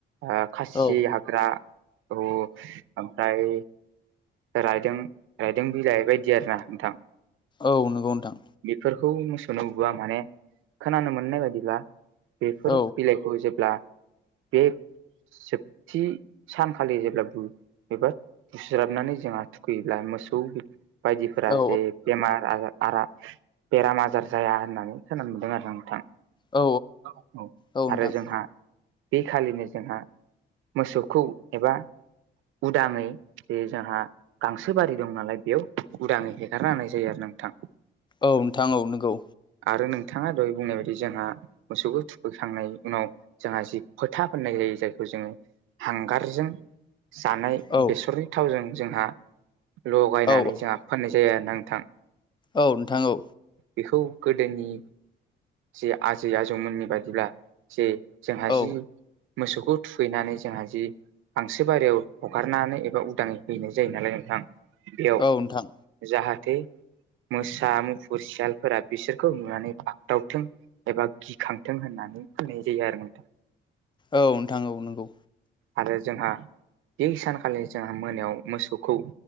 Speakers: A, on the right; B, on the left.
A: ओ खासि
B: औ
A: हाग्रा औ ओमफ्राय रायदों रायदों बिलाइ बायदि आरो ना नोंथां
B: औ नंगौ नोंथां
A: बेफोरखौ मोसौनो बा माने खोनानो मोननाय बायदिब्ला बेफोर
B: औ
A: बिलाइ खौ जेब्ला बे जोबथि सानखालि जेब्ला <unintelligible> एबा बुस्राबनानै जोंहा थुखैयोब्ला मोसौ बायदिफोरा
B: औ
A: जे बेमार आजा आरा बेराम आजार जाया होननानै खोनानो मोनदों आरो ना नोंथां
B: औ
A: औ
B: औ नोंथां
A: आरो जोंहा बे खालिनो जोंहा मोसौखौ एबा उदाङै जे जोंहा गांसो बारि दं नालाय बेयाव उदाङै हेगारना होनाय जायो आरो नोंथां
B: औ नोंथां औ नोंगौ
A: आरो नोंथाङा दहाय बुंनाय बायदि जोंहा मोसौखौ थुखैखांनाय उनाव जोंहा जि फोथा फोननाय जायो जायखौ जोङो हांगारजों जानाय
B: औ
A: बेसरनि थावजों जोंहा लगायनानै
B: औ औ
A: जोंहा फोननाय जायो आरो ना नोंथां
B: औ नोंथां औ
A: बेखौ गोदोनि जे आजै आजौमोननि बायिब्ला जे जोंहा
B: औ
A: जि मोसौखौ थुखैनानै जोंहा जि गांसो बारियाव हगारनानै एबा उदाङै हैनाय जायो नालाय नोंथां बेयाव
B: औ नोंथां
A: जाहाथे मोसा मुफुर सियालफोरा बिसोरखौ नुनानै बाग्दावथों एबा गिखांथों होननानै फोननाय जायो आरो नोंथां
B: औ नोंथां औ नोंगौ
A: आरो जोंहा बे सानखालि जोंहा मोनायाव मोसौखौ